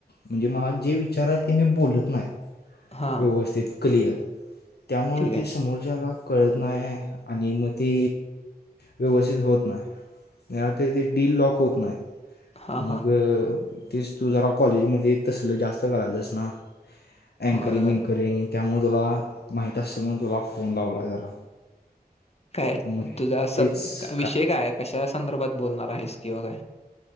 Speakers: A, on the left; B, on the left.
A: म्हणजे मला जे विचार आहे ते मी बोलत नाही
B: हा
A: व्यवस्थित क्लियर त्यामुळे
B: ठीक आहे
A: कशाला कळना नाही आहे आणि म त व्यवस्थित होत नाही ते ते डीली लॉक होत नाही.
B: हा
A: मग
B: हा
A: तेच तू जरा कॉलेजमध्ये तसल जास्त करायचंस ना. अँकरिंग
B: होय होय
A: बंकरिंग त्यामुळे तुला माहित असतना. गोलाप फोंडावला जरा.
B: काय
A: मग
B: तुझा
A: तेच
B: स विषय काय आहे कशा संदर्भात बोलणार आहेस किंवा काय?